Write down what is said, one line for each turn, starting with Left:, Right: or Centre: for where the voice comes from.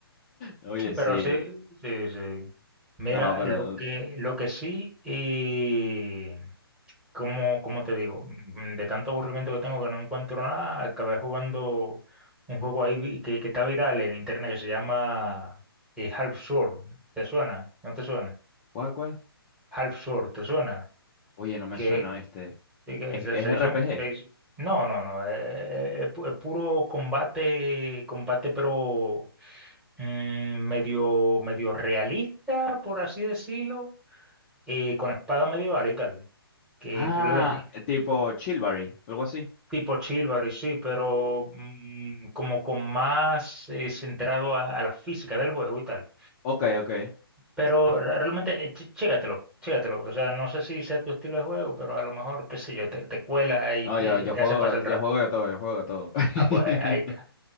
Left: Oye, sí,
Centre: Pero sí, sí, sí. Mira,
Left: no, pero,
Centre: lo que, lo que sí, eh, como, como te digo, mm, de tanto aburrimiento que tengo que no encuentro nada, acabé jugando un juego ahí vi- que, que está viral en internet que se llama eh, Half Sword. ¿Te suena? ¿No te suena?
Left: ¿cuál, cuál?
Centre: Half Sword, ¿te suena?
Left: Oye, no me
Centre: Que,
Left: suena, ¿viste?
Centre: sí, que
Left: ¿Es,
Centre: se,
Left: es
Centre: se
Left: RPG?
Centre: hizo, se hizo- No, no, no. eh, Es pu- es puro combate, combate, pero mm, medio, medio realista, por así decirlo, eh, con espada medieval y tal. Que
Left: Ah,
Centre: tú le des.
Left: tipo Chilbury, algo así.
Centre: Tipo Chivalry, sí, pero mm, como con más eh, centrado a, a la física del juego y tal.
Left: Ok, ok.
Centre: Pero re- realmente, eh, ch- chécatelo, chécatelo. O sea, no sé si sea tu estilo de juego, pero a lo mejor, qué sé yo, te, te cuela y
Left: No,
Centre: te,
Left: yo, yo
Centre: y te
Left: juego,
Centre: hace pasar el
Left: yo
Centre: rato.
Left: juego de todo, yo juego de todo. <laughs>
Centre: Ah, pues eh, ahí está.